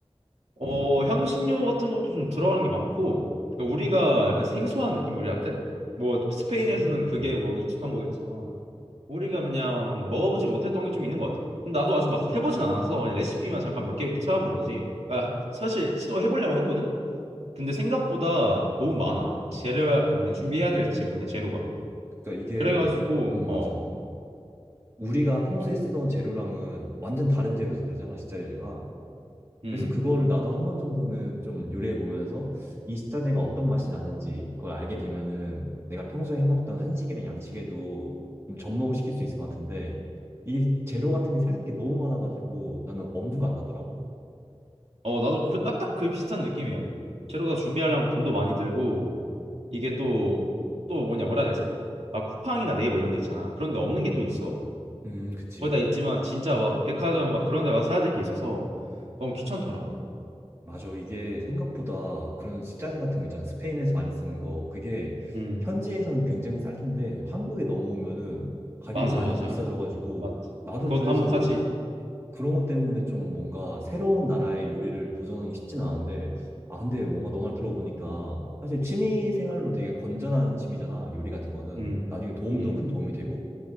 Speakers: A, on the right; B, on the right.
A: 어, 향신료 같은 것도 좀 들어가는 게 많고, 그러니까 우리가 약간 생소한 느낌 우리한테? 뭐 스페인에서는
B: 그치? 음.
A: 그게 뭐 익숙한 거겠지만, 우리가 그냥 먹어보지 못했던 게 좀 있는 것 같아. 근데 나도 아직 막 해보진 않아서 그냥 레시피만 잠깐 몇 개 이렇게 찾아본 거지. 그러니까 사실 시도해보려고 했거든? 근데 생각보다 너무 많아. 재료야, 그 뭐냐, 준비해야 될지 뭐냐, 재료가.
B: 그러니까 이게
A: 그래가지고,
B: 음
A: 어,
B: 맞아. 우리가 평소에
A: 어,
B: 쓰던 재료랑은 완전 다른 재료 들잖아 식자재가.
A: 음.
B: 그래서 그거를 나도 한 번 정도는 좀 요리해 보면서 이 식자재가 어떤 맛이 나는지 그걸 알게 되면은 내가 평소에 해먹던 한식이랑 양식에도 좀 접목을 시킬 수 있을 것 같은데 이게 재료 같은 게 생각할 게 너무 많아가지고 나는 엄두가 안 나더라고.
A: 어, 나도 그 딱딱 그 비슷한 느낌이야. 재료 다 준비하려면 돈도 많이 들고, 이게 또, 또 뭐냐, 뭐라 해야 되지? 막 쿠팡이나 네이버 이런 데 있잖아. 그런 데 없는 게 또 있어.
B: 음, 그치.
A: 거의 다 있지만 진짜 막 백화점 막 그런 데 가서 사야 될 게 있어서 너무 귀찮더라고.
B: 맞아. 이게 생각보다 그런 식자재 같은 거 있잖아. 스페인에서 많이 쓰는 거. 그게
A: 음.
B: 현지에서는 굉장히 쌀 텐데 한국에 넘어오면은 가격이
A: 맞아,
B: 많이
A: 맞아.
B: 비싸져가지고
A: 맞지.
B: 나도
A: 그것도
B: 그래서
A: 한몫하지.
B: 그런 것 때문에 좀 뭔가 새로운 나라의 요리를 도전하기 쉽진 않은데 아 근데 뭔가 너 말 들어보니까 사실 취미 생활로 되게 건전한 취미잖아. 요리 같은 거는
A: 음,
B: 나중에 도움도
A: 음.
B: 큰 도움이 되고